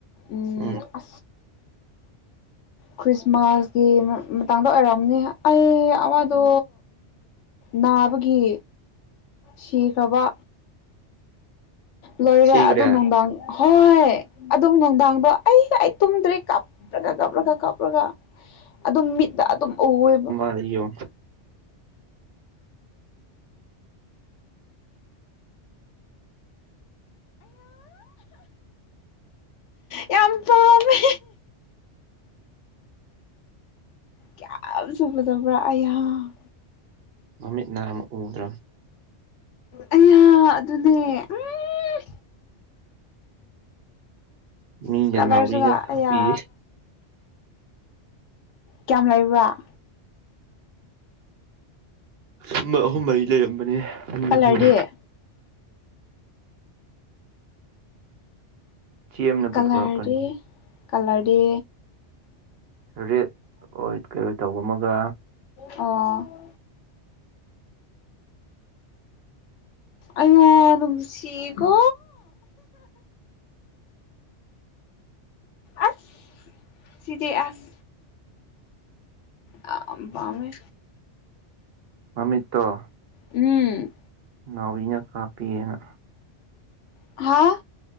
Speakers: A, on the left (about 80°); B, on the right (about 60°).
A: ꯎ
B: ꯎꯝ
A: ꯑ ꯈ꯭ꯔꯤꯁꯃꯥꯁ ꯃꯇꯥꯡꯗ ꯑꯣꯏꯔꯛꯑꯝꯅꯤ ꯑꯩ ꯑꯋꯥꯗꯣ ꯅꯥꯕꯒꯤ ꯁꯤꯈ꯭ꯔꯕ ꯂꯣꯏꯔꯦ
B: ꯁꯤꯈ꯭ꯔꯦ
A: ꯑꯗꯨ ꯅꯨꯡꯗꯥꯡ ꯍꯣꯏ ꯑꯗꯨꯝ ꯅꯨꯡꯗꯥꯡꯗꯣ ꯑꯩ ꯑꯩ ꯇꯨꯝꯗ꯭ꯔꯦ ꯀꯥꯞꯇ꯭ꯔꯒ ꯀꯥꯞꯂꯒ ꯀꯥꯞꯂꯒ ꯑꯗꯨꯝ ꯃꯤꯠꯇ ꯑꯗꯨꯝ ꯎꯋꯦꯕ
B: ꯑꯌꯣ
A: ꯌꯥꯝ ꯇꯥꯎꯃꯤ ꯀꯌꯥꯝ ꯆꯨꯒꯗꯕ꯭ꯔꯥ ꯑꯩꯍꯥꯛ
B: ꯃꯃꯤꯠ ꯅꯥ ꯑꯃ ꯎꯗ꯭ꯔꯥ
A: ꯑꯩ ꯌꯥ ꯑꯗꯨꯅꯦ ꯎꯝ
B: ꯃꯤꯅ
A: ꯏꯁ ꯀꯂꯔꯁꯨꯒ
B: ꯅꯥꯎꯔꯤꯅ ꯀꯥꯞꯄꯤ
A: ꯌꯥ ꯀꯌꯥꯝ ꯂꯩꯕ꯭ꯔꯥ
B: ꯑꯃ ꯑꯍꯨꯝ ꯃꯔꯤ ꯂꯩꯔꯝꯕꯅꯦ ꯑꯅꯤ
A: ꯀꯂꯔꯗꯤ
B: ꯑꯍꯨꯝ ꯆꯦꯝꯅ
A: ꯀꯂꯔꯗꯤ
B: ꯄꯨꯊꯣꯔꯛꯄꯅꯤ
A: ꯀꯂꯔꯗꯤ
B: ꯔꯦꯠ ꯑꯣꯏ ꯀꯩ ꯑꯣꯏ ꯇꯧꯕ ꯑꯃꯒ
A: ꯑꯣ ꯑꯩꯉ‌ꯣ ꯅꯨꯡꯁꯤꯀꯣ ꯑꯁ ꯁꯤꯗꯤ ꯑꯁ ꯌꯥꯝ ꯄꯥꯝꯃꯦ
B: ꯃꯃꯤꯠꯇ‌ꯣ
A: ꯎꯝ
B: ꯅꯥꯎꯔꯤꯅ ꯀꯥꯞꯄꯛꯑ‌ꯦꯅ
A: ꯍꯥꯥ